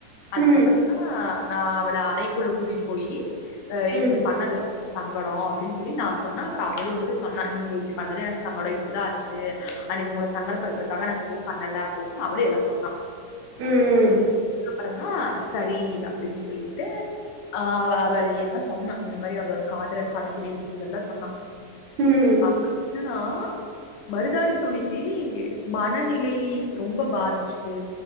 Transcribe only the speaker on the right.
ம்
ம்
ம் ம்
ம்